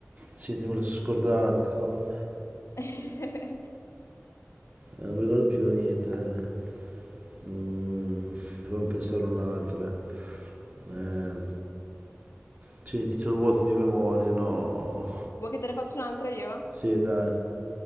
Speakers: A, on the right; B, on the left.
A: Senti, me la sono scordata, cavolo.
B: <laughs>
A: Eh, non mi ricordo più niente. Eh. Mm, dovevo pensare un'altra. Eh, senti, c'ho il vuoto di memoria, no.
B: Vuoi che te ne faccia un'altra io?
A: Sì, dai.